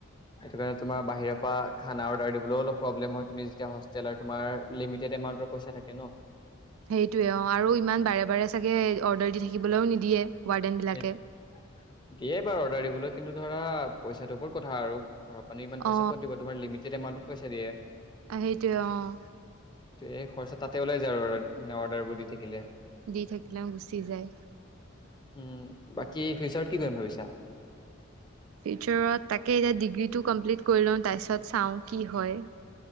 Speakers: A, on the left (about 20°); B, on the right (about 80°).
A: সেইটো কাৰণে, তোমাৰ বাহিৰৰ পৰা খানা অৰ্ডাৰ দিবলৈও অলপ প্ৰব্লেম হয়। তুমি যেতিয়া হোষ্টেল তোমাৰ লিমিটেড এমাণ্টৰ পইচা থাকে ন'।
B: সেইটোৱে অ'! আৰু ইমান বাৰে, বাৰে চাগে অৰ্ডাৰ দি থাকিবলৈও নিদিয়ে। ৱাৰ্ডেন বিলাকে
A: সেইটোৱে দিয়ে বাৰু অৰ্ডাৰ দিবলৈ। কিন্তু, ধৰা পইচাটো ওপৰত কথা আৰু। ঘৰৰ পৰানো ইমান
B: অ
A: পইচা ক' দিব। তোমাৰ লিমিটেড এমাউন্ট পইচা দিয়ে।
B: অ'! সেইটোৱে অ'!
A: এই খৰচা তাতে ওলাই যায় আৰু মানে, অৰ্ডাৰ বোৰ দি থাকিলে।
B: দি থাকিলেও গুচি যায়।
A: উম, বাকী ফিউচাৰত কি কৰিম ভাবিছা?
B: ফিউচাৰত তাকে, এতিয়া ডিগ্ৰীটো কমপ্লিট কৰি লওঁ, তাৰপিছত চাওঁ কি হয়।